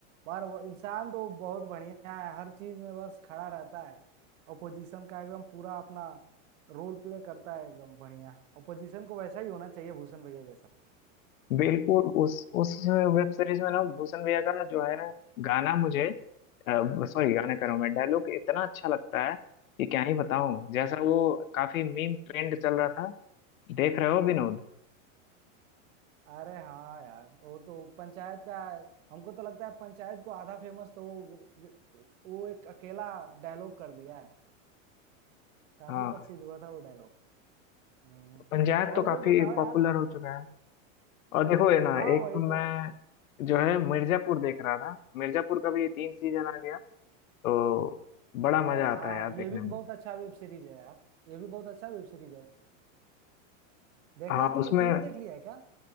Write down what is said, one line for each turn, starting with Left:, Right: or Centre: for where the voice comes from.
Right: पर वो इंसान तो बहुत बढ़िया है हर चीज में बस खड़ा रहता है अपोजिशन का एकदम पूरा अपना रोल प्ले करता है एकदम बढ़िया अपोजिशन को वैसा ही होना चाहिए भूषण भैया जैसा
Left: बिल्कुल उस उस वेब सीरीज में ना भूषण भैया का ना जो है ना गाना मुझे सॉरी गाना कह रहा हूँ मैं डायलॉग इतना अच्छा लगता है कि क्या ही बताऊं जैसा वो काफी मीम ट्रेंड चल रहा था देख रहे हो विनोद
Right: अरे हाँ यार वो तो पंचायत का हमको तो लगता है पंचायत को आधा फेमस तो वो वो एक अकेला डायलॉग कर दिया है काफी
Left: हाँ
Right: प्रसिद्ध हुआ था वो डायलॉग हम्म
Left: पंचायत
Right: और
Left: तो काफी
Right: कोई बताओ
Left: पॉपुलर
Right: यार
Left: हो चुका है और देखो ये ना
Right: हाँ
Left: एक
Right: वही
Left: तो
Right: तो
Left: मैं जो है मिर्जापुर देख रहा था मिर्जापुर का भी तीन सीजन आ गया तो बड़ा
Right: अरे
Left: मजा
Right: हाँ
Left: आता है यार देखने
Right: ये भी बहुत
Left: में
Right: अच्छा वेब सीरीज है यार ये भी बहुत अच्छा वेब सीरीज है देखा
Left: हाँ
Right: है तुमने
Left: उसमें
Right: तीनों देख लिया है क्या